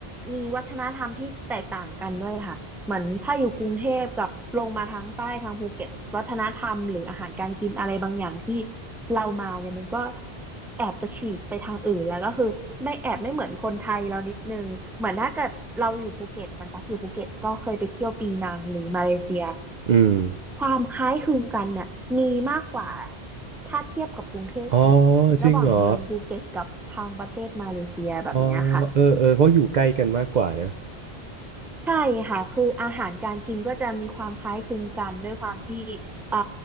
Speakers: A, in the centre; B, on the right (about 55°).
A: มีวัฒนธรรมที่แตกต่างกันด้วยค่ะเหมือนถ้าอยู่กรุงเทพกับลงมาทางใต้ทางภูเก็ตวัฒนธรรมหรืออาหารการกินอะไรบางอย่างที่เรามาเนี่ยมันก็แอบจะฉีกไปทางอื่นแล้วก็คือไม่แอบไม่เหมือนคนไทยเรานิดนึงเหมือนถ้าเกิดเราอยู่ภูเก็ตมันตักอยู่ภูเก็ตก็เคยไปเที่ยวปีนังหรือมาเลเซีย
B: อืม
A: ความคล้ายคลึงกันเนี่ยมีมากกว่าถ้าเทียบกับกรุงเทพอีก
B: อ๋อจริงเหรอ
A: ระหว่างเมืองภูเก็ตกับทางประเทศมาเลเซียแบบเนี้ยค่ะ
B: อ๋อเออเออเพราะอยู่ใกล้กันมากกว่าเนอะ
A: ใช่ค่ะคืออาหารการกินก็จะมีความคล้ายคลึงกันด้วยความที่เอ่อ